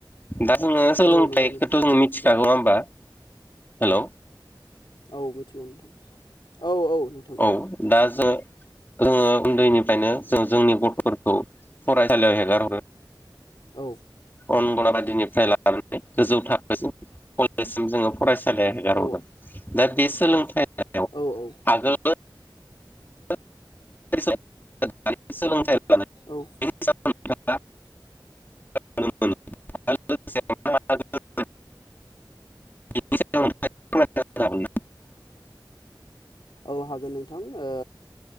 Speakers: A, on the left; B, on the left.
A: दा जोङो सोलोंथाइ
B: औ नंगौ
A: बेखौथ'
B: नोंथां औ
A: जों मिथिखागौ
B: दे
A: नङा होमबा? हेल'
B: औ मिथिगौ नोंथां। औ नोंथां
A: औ दा जो जोङो उन्दैनिफ्रायनो जों जोंनि गथ'फोरखौ फरायसालियाव हेगार हरो
B: औ
A: अंगनाबादिनिफ्राय लानानै गोजौ थाखोसिम, कलेजसिम जोङो फरायसा <unintelligible> हेगारहरो
B: औ
A: दा बे सोलोंथाइयाव
B: औ
A: आगोल
B: औ
A: <unintelligible> <unintelligible> <unintelligible>
B: औ हागोन नोंथां ओ,